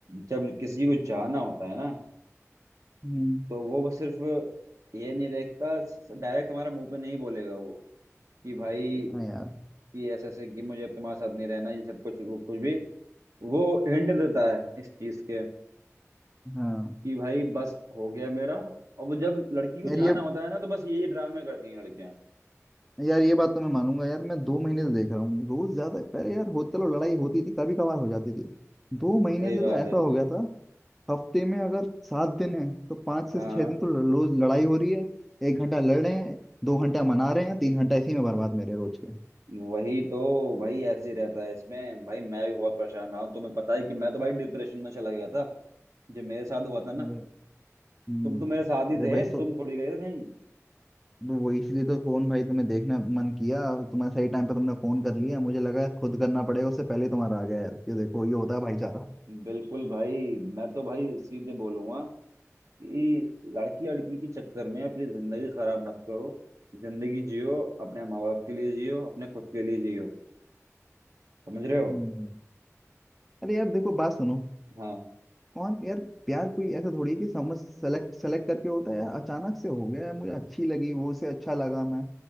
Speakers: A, on the right; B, in the centre.
A: जब किसी को जाना होता है ना
B: हम्म
A: तो वो बस सिर्फ ये नहीं देखता डायरेक्ट तुम्हारे मुंह पे नहीं बोलेगा वो कि भाई
B: हाँ यार
A: कि ऐसे ऐसे कि मुझे अब तुम्हारे साथ नहीं रहना ये सब कुछ वो कुछ भी वो हिंट देता है इस चीज के
B: हाँ
A: कि भाई बस हो गया मेरा और वो जब लड़की को
B: यार
A: जाना
B: ये
A: होता है ना तो बस यही ड्रामे करती हैं लड़कियां
B: यार ये बात तो मैं मानूंगा यार मैं दो महीने से देख रहा हूँ रोज ज्यादा पहले यार हो चलो लड़ाई होती थी कभी कभार हो जाती थी दो महीने
A: सही
B: से
A: बात
B: तो ऐसा
A: है
B: हो गया था हफ्ते में अगर सात दिन है तो पाँच से
A: हाँ।
B: छह दिन तो ल- रोज लड़ाई हो रही है एक घंटा लड़ रहे हैं दो घंटा मना रहे हैं तीन घंटा इसी में बर्बाद मेरे रोज के
A: वही तो भाई ऐसे ही रहता है इसमें भाई मैं भी बहुत परेशान रहा हूँ तुम्हें पता है कि मैं तो भाई डिप्रेशन में चला गया था जब मेरे साथ हुआ था ना
B: अरे हम्म
A: तुम तो मेरे साथ ही
B: अरे
A: थे
B: भाई सो
A: तुम थोड़ी गए थे कहीं
B: वो इसलिए तो फोन भाई तुम्हें देखना मन किया तुम्हारे सही टाइम पे तुमने फोन कर लिया मुझे लगा खुद करना पड़ेगा उससे पहले तुम्हारा आ गया यार ये देखो ये होता है भाईचारा
A: बिल्कुल भाई मैं तो भाई सीधे बोलूंगा कि लड़की लड़की के चक्कर में अपनी जिंदगी खराब मत करो जिंदगी जियो अपने माँ बाप के लिए जियो अपने खुद के लिए जियो समझ रहे हो
B: हम्म अरे यार देखो बात सुनो
A: हाँ
B: और यार प्यार कोई ऐसा थोड़ी है कि समझ सेलेक्ट सेलेक्ट करके होता है यार अचानक से हो गया यार मुझे अच्छी लगी वो से अच्छा लगा मैं